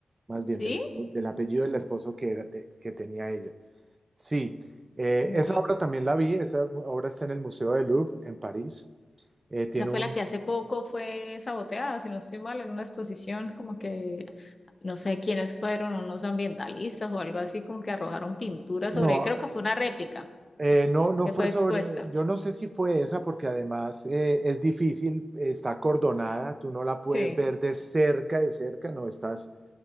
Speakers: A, on the right (about 35°); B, on the left (about 35°).
A: más bien
B: ¿Sí?
A: del, espo- del apellido del esposo que, era- de- que tenía ella. Sí, eh,
B: Bueno,
A: esa obra también la vi, esa obra está en el Museo del Louvre en París. Eh, tiene
B: Esa fue
A: un...
B: la que hace poco fue saboteada, si no estoy mal, en una exposición, como que no sé quiénes fueron, unos ambientalistas o algo así, como que arrojaron pintura
A: No,
B: sobre, creo que fue una réplica
A: Eh, no, no
B: que
A: fue
B: fue expuesta.
A: sobre, yo no sé si fue esa porque además eh, es difícil, está acordonada, tú no la puedes
B: Sí,
A: ver de cerca, de cerca, no, estás,